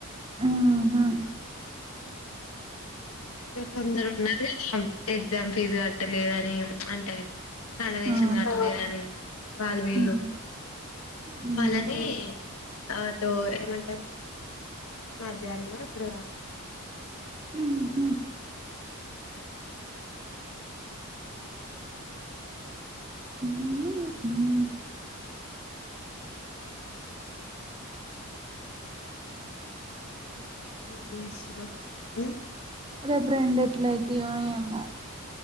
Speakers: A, on the right; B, on the left.
A: ఉమ్ హా
B: ఇకా కొందరు ఉన్నారు కదా ఎగ్జామ్ ఫీజు కట్టలేదని ఉ చిప్ అంటే డొనేషన్
A: ఆ,
B: కాట్టలేదుని వాళ్ళు వీళ్ళు
A: ఉమ్, ఉమ్,
B: వాళ్ళని అ టో ఏమంటారు మాధ్యాహ్నమా ఇప్పుడ
A: ఉమ్మ్ ఉమ్, ఉమ్. అ
B: ఏం చేస్తున్నావ్ ఉమ్
A: రేపు రెండు ఎట్ల అయితయో ఏమో